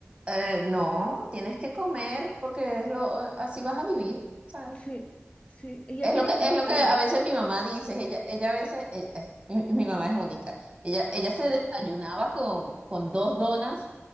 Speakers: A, on the right (about 25°); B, on the left (about 30°).
A: Eh, no, tienes que comer porque es lo, eh, así vas a vivir, ¿sabes?
B: Sí, sí, y
A: Es
B: hay que
A: lo
B: disfrutar.
A: que, es lo que a veces mi mamá dice, ella, ella a veces, eh, eh, <laughs> mi, mi mamá es única, ella, ella se desayunaba con, con dos donas,